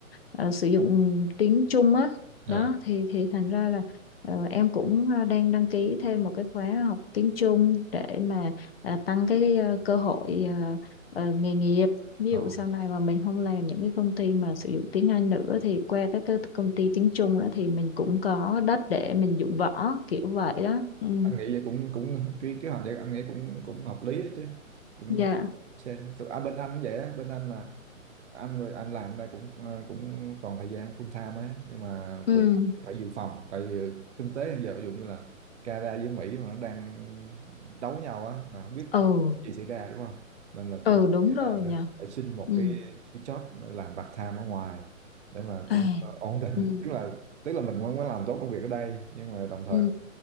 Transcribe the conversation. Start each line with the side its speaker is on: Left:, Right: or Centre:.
Left: ờ, sử dụng tiếng Trung á đó
Right: à,
Left: thì thì thành ra là ờ, em cũng ờ, đang đăng ký thêm một cái khóa học tiếng Trung để mà à, tăng cái ờ, cơ hội ờ, ờ, nghề nghiệp ví
Right: à,
Left: dụ sau này mà mình không làm những cái công ty mà sử dụng tiếng Anh nữa thì qua các cái công ty tiếng Trung nữa thì mình cũng có đất để mình dụng võ kiểu vậy đó ừ
Right: anh nghĩ vậy cũng cũng cái kế hoạch vậy anh nghĩ cũng cũng hợp lý ấy chứ cũng
Left: dạ
Right: cũng xem tụi à, bên anh cũng vậy á bên anh là anh rồi anh làm đây cũng ờ, cũng toàn thời gian full time ấy nhưng mà
Left: ừ
Right: cũng phải dự phòng tại vì kinh tế hiện giờ ví dụ như là Canada với Mỹ mà nó đang đấu nhau á là không biết
Left: ừ
Right: cái gì xảy ra đúng không nên là
Left: ừ
Right: cũng
Left: đúng
Right: phải,
Left: rồi
Right: ờ,
Left: nhỉ
Right: phải xin một
Left: ừ
Right: cái cái job làm part time ở ngoài để mà cũng
Left: à.
Right: ờ, ổn định
Left: ừ
Right: tức là tức là mình vẫn phải làm tốt công việc ở đây nhưng mà đồng thời
Left: ừ